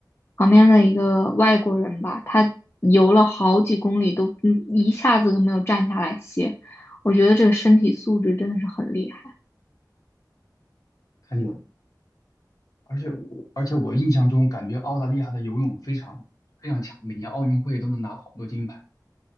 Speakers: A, on the left; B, on the left.
A: 旁边的一个外国人吧，他游了好几公里都嗯一下子都没有站下来歇，我觉得这个身体素质真的是很厉害。
B: 太看了。而且我而且我印象中感觉澳大利亚的游泳非常非常强，每年奥运会都能拿好多金牌。